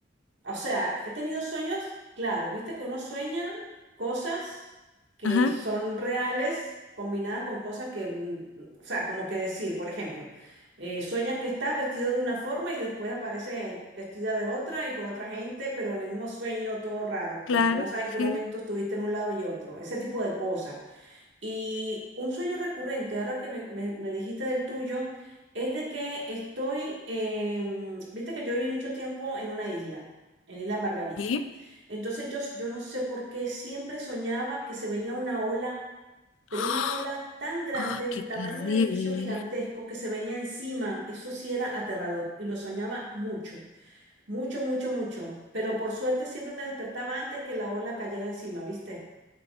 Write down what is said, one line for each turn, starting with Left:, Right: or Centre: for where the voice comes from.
Right: O sea, he tenido sueños, claro, viste que uno sueña cosas que
Left: Ajá,
Right: son reales combinadas con cosas que, mm, o sea, como que decir, por ejemplo, eh, sueñas que estás vestido de una forma y después apareces vestida de otra y con otra gente, pero en el mismo sueño todo raro, como
Left: claro,
Right: que no sabes en qué
Left: sí.
Right: momento estuviste en un lado y otro, ese tipo de cosas. Y un sueño recurrente, ahora que me, me- me dijiste del tuyo, es de que estoy, em, viste que yo viví mucho tiempo en una isla, en Isla Margarita.
Left: ¿Sí?
Right: Entonces yo, s- yo no sé por qué siempre soñaba que se venía una ola, pero
Left: <gasps>
Right: una ola tan grande,
Left: Ah,
Right: del
Left: qué terrible.
Right: tamaño de un edificio gigantesco, que se venía encima. Eso sí era aterrador y lo soñaba mucho, mucho, mucho, mucho. Pero por suerte siempre me despertaba antes que la ola cayera encima, ¿viste?